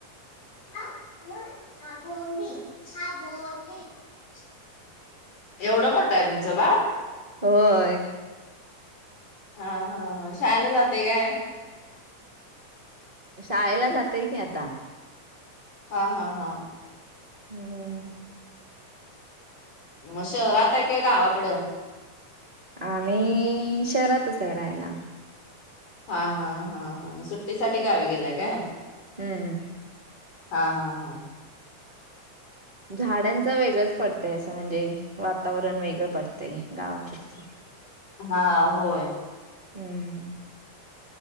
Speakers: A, on the left; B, on the right.
A: <unintelligible> एवढं मोठायं तुमचं बाळं?
B: होय.
A: हां हां शाळेला जातोय काय?
B: शाळेला जातोयं की आता.
A: हां हां हां.
B: हुं.
A: मं शहरात हाय काय गावाकडं.?
B: आम्ही शहरातचायं राहायला.
A: हां हां हां हां म सुट्टीसाठीठी गावी गेलाय काय?
B: हुं हुं.
A: हां हां हां.
B: झाडांच वेगळंच पडतंय असं म्हणजे वातावरण वेगळं पडतंय गावाकडचं.
A: हां होय.
B: हम्म.